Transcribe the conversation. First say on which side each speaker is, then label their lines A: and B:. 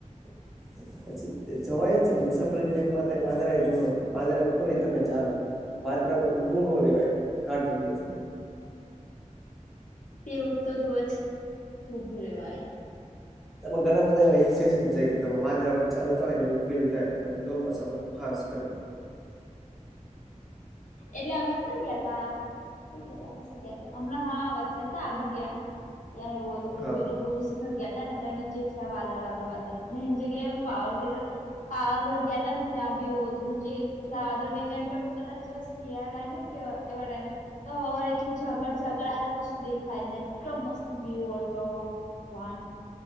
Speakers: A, in the centre; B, on the left.
A: હમ પછી જવાય જ છેન મુસાફરી પ્લેન માં થાય, વાદરાએ જોવાય, વાદરા ઉપર હોય તમે ચાલો. વાડરા ઉપર ઉભું ન રેહવાય, કાર્ટૂન ની જેમ.
B: તેવું તો જોવે છે, તું ઊભું રેવાય.
A: તમે ઘણા બધા એવા હિલ સ્ટેશસ છે કે તમે વાદરા વચ્ચે હલતા હોય ને એવુ ફીલ થાય. અત્યારે ચોમાસામાં તો ખાસ કરીન.
B: <unintelligible> <inaudible> એટલે અમે કઈ ગ્યા તા? કઈ ગ્યા તા કસે ગ્યા તા. હમણાં હા વચ્ચે નતા આબુ ગ્યા? ત્યાં એવુ હ તું
A: હા
B: પેલું ગુરુ શિખર ગ્યા તા ને, તા નીચે જ છે આ વાદળ વાદર વાદર, ને એની જગ્યાએ એમેં પાવઘર પાવાઘર ગ્યા તા ને, ત્યાં બી એવું તો નીચે એકલા વાદર ને ટાઈમ તમે કદા ચ સિયાડા ટાઈમે કે એવા એવા ટાઈમે. તો હવા એકલી ઝાકર ઝાકળ આગળ કશું દેખાય નઈ, એટલો મસ્ત વ્યુ હતો ભગવાન,